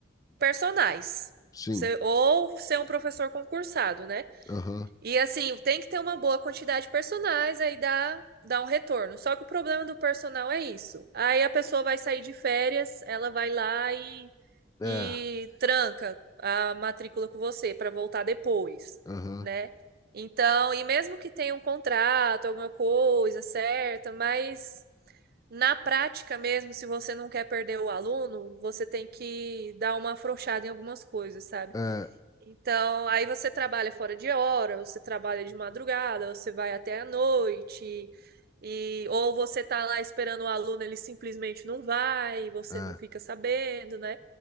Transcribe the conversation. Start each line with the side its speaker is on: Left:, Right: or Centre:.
Right: personais.
Left: Sim.
Right: Você ou ser um professor concursado, né?
Left: Aham.
Right: E assim, tem que ter uma boa quantidade de personais, aí dá dá um retorno. Só que o problema do personal é isso. Aí a pessoa vai sair de férias, ela vai lá
Left: É.
Right: e tranca a matrícula com você para voltar depois,
Left: Aham.
Right: né? Então, e mesmo que tenha um contrato, alguma coisa certa, mas na prática mesmo, se você não quer perder o aluno, você tem que dar uma afrouxada em algumas coisas, sabe?
Left: É.
Right: Então, aí você trabalha fora de hora, você trabalha de madrugada, você vai até a noite, e ou você tá lá esperando o aluno, ele simplesmente não vai, você
Left: É.
Right: não fica sabendo, né?